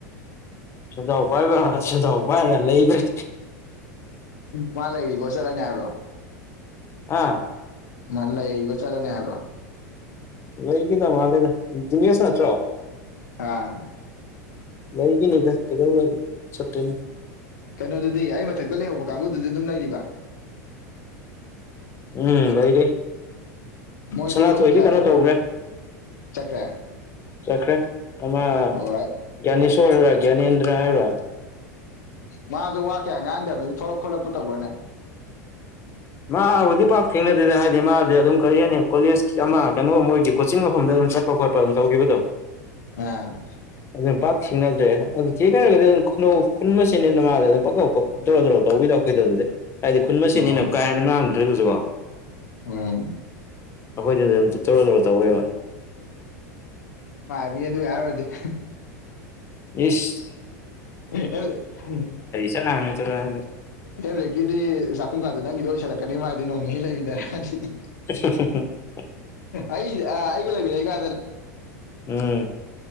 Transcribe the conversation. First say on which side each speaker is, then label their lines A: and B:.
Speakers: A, on the left (about 30°); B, on the left (about 85°).
A: ꯁꯦꯟꯖꯥꯎ ꯄꯥꯏꯕ ꯁꯦꯟꯖꯥꯎ ꯄꯥꯏꯔꯅ ꯂꯩꯈ꯭ꯔꯦ
B: ꯃꯥ ꯂꯩꯗꯤ ꯁꯂꯅꯦꯔꯣ
A: ꯑꯥ
B: ꯃꯥꯥꯟꯂ ꯑꯩꯕ ꯆꯂꯅꯦ ꯍꯥꯏꯕ
A: ꯂꯩꯒꯗ ꯃꯥ ꯕꯤꯁꯅ ꯆ꯭ꯔꯣ
B: ꯑꯥ
A: ꯂꯩꯏꯒꯤꯅꯦ ꯆ ꯀꯕꯨ ꯁꯇꯣꯏꯅ
B: ꯀꯩꯅꯣꯗꯨꯗꯤ ꯑꯩ ꯃꯊꯛꯇ ꯂꯩꯍꯧꯕ ꯀꯥꯡꯕꯨꯗꯨꯗꯤ ꯑꯗꯨꯝ ꯂꯩꯔꯤꯕ
A: ꯎꯝ ꯂꯩꯩꯔꯦ
B: ꯃꯣꯏꯁꯨ
A: ꯁꯅꯥꯊꯣꯏꯗꯤ
B: ꯀꯌꯥ
A: ꯀꯩꯅꯣ
B: ꯊꯣꯛ
A: ꯇꯧꯈ꯭ꯔꯦ
B: ꯆꯠꯈ꯭ꯔꯦ
A: ꯆꯠꯈ꯭ꯔꯦ ꯑꯃ
B: ꯍꯣꯏ
A: ꯒ꯭ꯌꯥꯅꯦꯁꯣꯔꯔ ꯒ꯭ꯌꯥꯅꯦꯟꯗ꯭ꯔ ꯍꯥꯏꯕꯔꯣꯥ
B: ꯃꯥꯁꯨ ꯋꯥ ꯀ ꯉꯥꯡꯗꯕꯅꯤ ꯊꯣꯂꯛ ꯈꯣꯠꯂꯛꯄ ꯇꯧꯕꯅꯦ
A: ꯃꯥꯕꯨꯗꯤ ꯄꯥꯛ ꯊꯦꯡꯅꯗꯦꯗꯦ ꯍꯥꯏꯗꯤ ꯃꯥꯗꯤ ꯑꯗꯨꯝ ꯀꯔꯤ ꯍꯥꯏꯅꯤ ꯀꯣꯂꯦꯖ ꯑꯃ ꯀꯩꯅꯣ ꯃꯣꯏꯒꯤ ꯀꯣꯆꯤꯡ ꯃꯐꯝꯗ ꯑꯗꯨꯝ ꯆꯠꯄ ꯈꯣꯠꯄ ꯑꯗꯨꯝ ꯇꯧꯈꯤꯕꯗꯣ
B: ꯑ
A: ꯑꯗꯨꯝ ꯄꯥꯛ ꯁꯁꯤꯡꯅꯗ꯭ꯔꯦ ꯑꯗꯨ ꯊꯦꯡꯅꯔꯒꯗꯤ ꯑꯗꯨꯝ ꯈꯨꯧ ꯈꯨꯟ ꯃꯆꯦꯅꯤꯅ ꯃꯉꯥꯗ ꯑꯗꯨꯝ ꯄꯧꯔꯣ ꯇꯧꯕꯤꯔꯛꯎ ꯑꯩꯈꯣꯏꯗ ꯑꯗꯨꯗꯤ ꯍꯥꯏꯗꯤ ꯈꯨꯟ ꯃ ꯁꯤꯦꯠꯅꯤꯅ
B: ꯑꯣ
A: ꯀꯥ ꯍꯦꯟꯅ ꯉꯥꯡꯗ꯭ꯔꯦꯗꯨꯁꯨ ꯀꯣ
B: ꯎꯝ
A: ꯑꯩꯈꯣꯏꯗꯗ ꯑꯗꯨꯝ ꯇꯔꯣ ꯇꯔ ꯇꯧꯋꯦꯕ
B: ꯃꯤ ꯑꯗꯨ ꯌꯥꯔꯗꯤ
A: ꯏꯁꯁ
B: ꯦ ꯎ
A: ꯆꯔꯥꯡꯒ ꯆꯔꯥꯡꯒ
B: ꯍꯦꯂꯦ ꯀꯗꯤ ꯆꯥꯛꯈꯨꯝ ꯀꯥꯗꯦ ꯅꯪꯒꯤꯗ ꯜꯂꯛꯀꯅꯤ ꯃꯥ ꯍꯥꯏꯗꯤ ꯅꯣꯡꯅꯤ ꯂꯩꯃꯤꯟꯅꯔꯁꯤꯗꯤ
A: ꯎ ꯎ <inaudible> <unintelligible>
B: ꯑꯩ ꯑꯩꯒꯤꯂꯕꯤꯗꯒ
A: ꯎꯝ